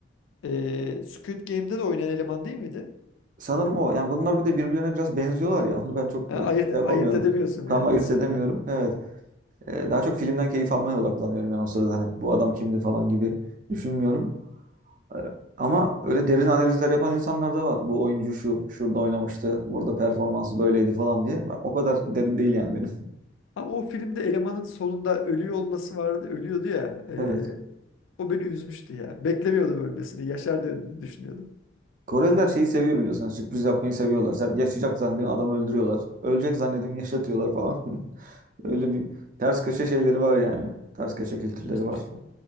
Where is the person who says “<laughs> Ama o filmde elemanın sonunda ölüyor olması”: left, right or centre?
Left